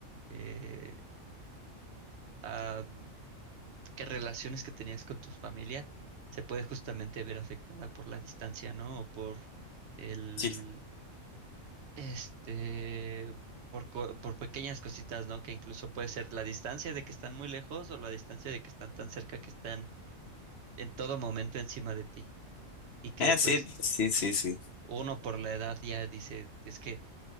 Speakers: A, on the right (about 60°); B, on the left (about 55°).
A: eh, a, mm, qué relaciones que tenías con tu familia se puede justamente ver afectada por la distancia, ¿no? O por el,
B: Sí.
A: este, por, co- por pequeñas cositas, ¿no? Que incluso puede ser la distancia de que están muy lejos o la distancia de que están tan cerca que están en todo momento encima de ti y que
B: Eh,
A: pues
B: sí, sí, sí, sí.
A: uno por la edad ya dice, es que